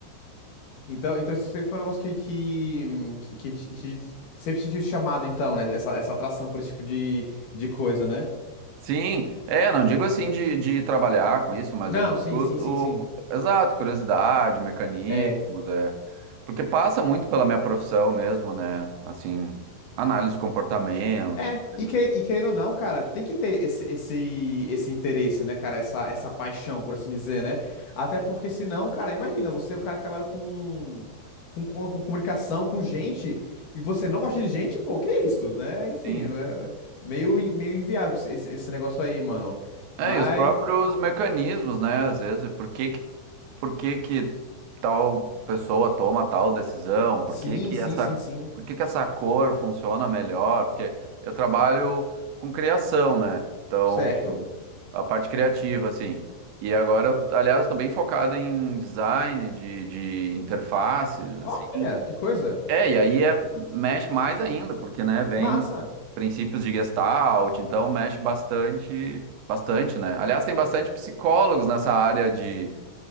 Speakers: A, on the left (about 55°); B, on the right (about 75°).
A: Então, então isso sempre foi um negócio que, que, hum, que, que te- te- sempre sentiu chamado, então, né? Essa, essa atração por esse tipo de, de coisa, né?
B: Sim, é, não digo assim de, de trabalhar com isso, mas
A: Não,
B: eu digo
A: sim, sim, sim,
B: o,
A: sim.
B: exato, curiosidade, mecanismos,
A: é
B: é. Porque passa muito pela minha profissão mesmo, né? Assim, análise do comportamento,
A: É,
B: coisa
A: e, que- e querendo ou não, cara, tem que ter esse, esse, esse interesse, né, cara? Essa, essa paixão, por assim dizer, né? Até porque senão, cara, imagina, você é um cara que trabalha com, com, com, com comunicação, com gente, e você não gosta de gente, pô, que isso, né? Enfim,
B: assim.
A: é meio, in- meio inviável esse, esse, esse negócio aí, mano. Mas,
B: É, e os próprios mecanismos, né? Às vezes, por que que, por que que tal pessoa toma tal decisão? Por
A: sim,
B: que que
A: sim,
B: essa,
A: sim, sim,
B: por que que essa cor funciona melhor? Porque eu trabalho com criação, né? Então,
A: certo.
B: a parte criativa, assim. E agora, eu, aliás, estou bem focado em design de, de interfaces, assim.
A: Olha, que coisa.
B: É, e aí é, mexe mais ainda, porque, né, vem
A: Massa.
B: princípios de Gestalt, então mexe bastante, bastante, né? Aliás, tem bastante psicólogos nessa área de